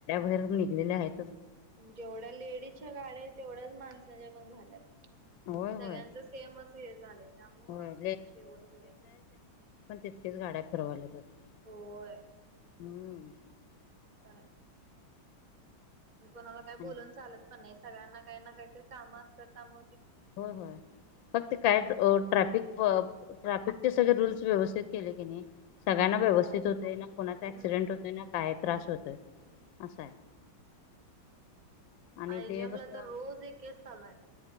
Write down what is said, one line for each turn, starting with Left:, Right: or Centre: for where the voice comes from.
Left: वैर निघले आहेत <unintelligible>
Right: जेवढ्या लेडीजच्या गाड्या तेवढ्याच माणसाच्या पण झाल्यात.
Left: होय होय
Right: सगळ्यांच सेमच हे झाले त्यामुळ
Left: होय
Right: काही शेवटच होईल
Left: तितक्या गाड्यारवल्या जात
Right: होय
Left: हम्म
Right: हाय कायच कोणाला काही बोलून
Left: आणि
Right: चालत पण नाही सगळ्यांना काही ना काहीतरी कामं असतात काम
Left: हो होय फक्त काय ट्रॅफिक ट्राफिक सगळे रूल्स व्यवस्थित केले कि नाही सगळ्यांना व्यवस्थित
Right: होय
Left: होतेय ना कोणाचा
Right: हम्म
Left: क्सडेंट होतोय ना काय त्रास होतो आहे असा आहे आणि
Right: आय
Left: ते
Right: जमला
Left: कसं
Right: तर रोज एक केस चालू आहे